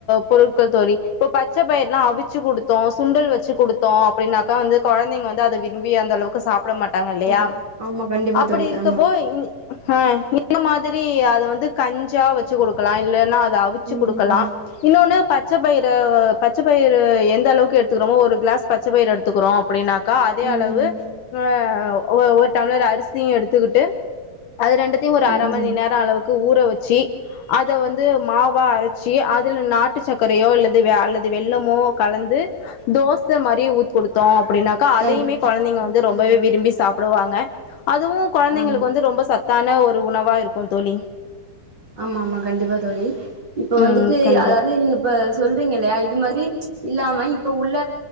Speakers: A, on the left; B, on the right.
A: பொருட்கள் தோழி இப்ப பச்ச பயிர்லா அவி ச்சு குடுத்தோ சுண்டல் வச்சு குடுத்தோ அப்டின்னாக்கா வந்து கொழந்தைங்க வந்து அத விரும்பி அந்தளவுக்கு சாப் சாப்ட மாட்டாங்க இல்லையா
B: ஆமா ஆமா கண்டிப்பா
A: அப்படி
B: தோழி
A: இருக்கப்போ
B: ஆமா
A: இங் ஹ இந்த மாதிரி அத வந்து கஞ்சா வச்சு குடுக்கலா இல்லன்னா அத அவிச்சு
B: ம்
A: குடுக்கலா
B: ம்
A: இன்னொன்னு பச்ச பயிர பச்ச பயிறு எந்த அளவுக்கு எடுத்துக்றோமோ ஒரு கிளாஸ் பச்ச பயிர் எடுத்துக்குறோ அப்டின்னாக்கா அதே
B: ம்
A: அளவு ம் ஒ ஒரு டம்ளர் அரிசியு எடுத்துக்கிட்டு அது ரெண்டுத்யு ஒரு அர
B: ம்
A: மணிநேரோ அளவுக்கு ஊற வச் ச்சி அத வந்து மாவா அரச்சி அதுல நாட்டு சக்கரையோ அல்லது அல்லது இது வெல்லமோ கலந்து தோஸ் ச மாரி ஊத்து குடுத்தோ அப்டினாக்கா
B: கண்டிப்பா
A: அதையுமே
B: கண்டிப்பா
A: கொழந்தைங்க வந்து ரொம்பவே
B: ம்
A: விரும்பி சாப்டுவாங்க அதுவு கொழந்தைங்களுக்கு
B: ஆமா
A: வந்து ரொம்ப சத்தான ஒரு உணவா இருக்கு தோழி
B: ஆமா ஆமா கண்டிப்பா தோழி இப்ப வந்துட்டு
A: ம் கண்டிப்பா
B: அதாவது நீங்க இப்ப சொல்றீங்க இல்லையா இது மாதிரி இல்லாம இப்ப உள்ள